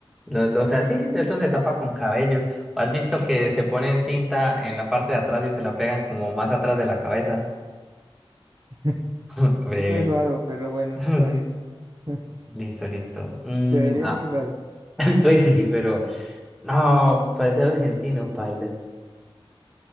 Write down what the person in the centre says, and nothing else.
Lo, lo- o sea, sí, eso se tapa con cabello. ¿O ¿Has visto que se ponen cinta en la parte de atrás y se la pegan como más atrás de la cabeza?
<laughs> Breve.
<laughs>
Listo, listo. Mm,
ah,
<laughs> pues sí, pero no, parece argentino, Pilot.